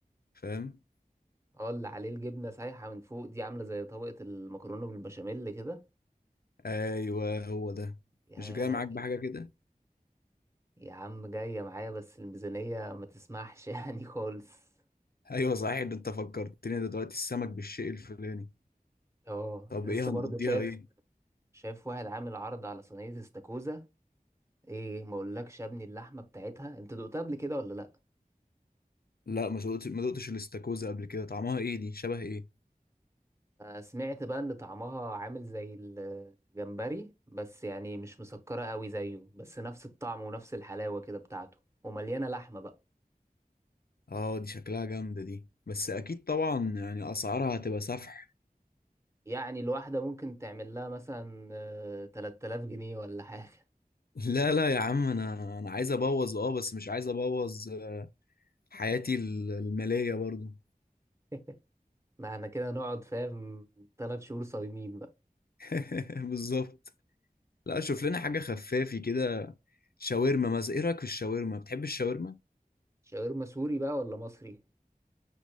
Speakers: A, on the left; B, on the right.
A: فاهم
B: اه اللي عليه الجبنة سايحة من فوق دي عاملة زي طبقة المكرونة بالبشاميل كده
A: ايوه هو ده
B: يا
A: مش جاي معاك بحاجة كده
B: يا عم جاية معايا بس الميزانية ما تسمحش <laughs> يعني خالص
A: ايوه صحيح ده انت فكرتني دلوقتي السمك بالشيء الفلاني
B: اه
A: طب
B: لسه
A: ايه
B: برضه
A: هنقضيها
B: شايف
A: ايه
B: شايف واحد عامل عرض على صينية استاكوزا ايه ما اقولكش يا ابني اللحمة بتاعتها انت دقتها قبل كده ولا لا
A: لا ما دقتش ما دقتش الاستاكوزا قبل كده طعمها ايه دي شبه ايه
B: سمعت بقى ان طعمها عامل زي الجمبري بس يعني مش مسكرة قوي زيه بس نفس الطعم ونفس الحلاوة كده بتاعته ومليانة لحمة بقى
A: اه دي شكلها جامده دي بس اكيد طبعا يعني اسعارها هتبقى سفح
B: يعني الواحدة ممكن تعمل لها مثلا آه، 3000 جنيه ولا حاجة
A: <laughs> لا لا يا عم انا انا عايز ابوظ اه بس مش عايز ابوظ آه، حياتي ال- الماليه برضو
B: <laughs> ما احنا كده نقعد فاهم تلات شهور صايمين بقى
A: <laughs> بالظبط لا شوف لنا حاجه خفافي كده شاورما مثلا ايه رايك في الشاورما بتحب الشاورما
B: شاورما سوري بقى ولا مصري